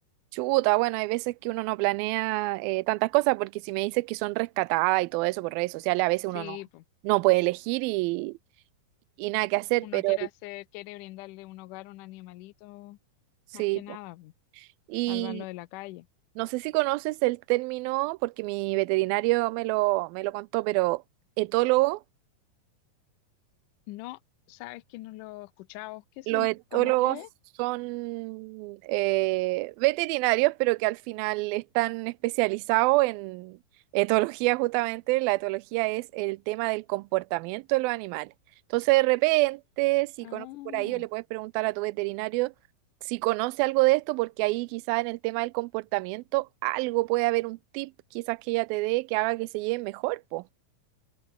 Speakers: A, on the right; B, on the left.
A: Chuta, bueno, hay veces que uno no planea eh, tantas cosas, porque si me dices que son rescatadas y todo eso por redes sociales, a veces
B: Sí,
A: uno no,
B: pues,
A: no puede elegir y, y nada que hacer,
B: uno
A: pero
B: quiere hacer, quiere brindarle un hogar a un animalito,
A: sí.
B: más que
A: po.
B: nada, po,
A: Y
B: salvarlo de la calle.
A: no sé si conoces el término, porque mi veterinario me lo, me lo contó, pero etólogo.
B: No, sabes que no lo escuchamos, ¿qué
A: los
B: significa?
A: etólogos
B: ¿Cómo qué?
A: son eh, veterinarios, pero que al final están especializados en etología justamente. La etología es el tema del comportamiento de los animales. Entonces, de repente, si
B: Ah,
A: conoces por ahí, o le puedes preguntar a tu veterinario si conoce algo de esto, porque ahí quizás en el tema del comportamiento algo puede haber un tip, quizás que ella te dé que haga que se lleven mejor, po.